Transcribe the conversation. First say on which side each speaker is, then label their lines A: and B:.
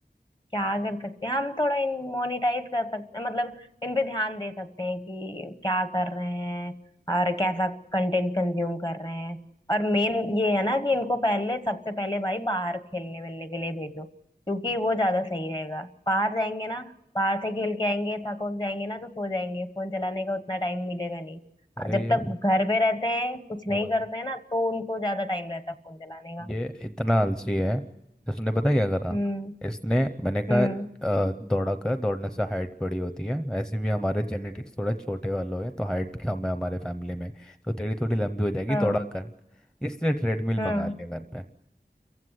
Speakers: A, on the left; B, in the centre.
A: क्या कर सकते हैं हम थोड़ा इन मोनिटाइज कर सकते हैं मतलब इन पे ध्यान दे सकते हैं कि क्या कर रहे हैं और कैसा कंटेंट कंज्यूम कर रहे हैं और मेन ये है ना कि इनको पहले सबसे पहले भाई बाहर खेलने मिलने के लिए भेजो क्योंकि वो ज्यादा सही रहेगा बाहर जाएंगे ना बाहर से खेल के आएंगे थक वक जाएंगे ना तो सो जाएंगे फोन चलाने का उतना टाइम मिलेगा नहीं
B: अरे
A: जब
B: ये
A: तक घर पे रहते हैं कुछ नहीं
B: वो है
A: करते हैं ना तो उनको ज्यादा टाइम रहता है फोन चलाने का
B: ये इतना आलसी है इसने पता क्या करा
A: हम्म
B: इसने मैंने कहा
A: हम्म
B: अ, दौड़ा कर दौड़ने से हाइट बड़ी होती है वैसे भी हमारे जेनेटिक्स थोड़े छोटे वालों हैं तो हाइट कम है हमारे फैमिली में तो तेरी थोड़ी लंबी हो जाएगी
A: हाँ
B: दौड़ा कर इसने ट्रेडमिल
A: हाँ
B: मंगा लिया घर पे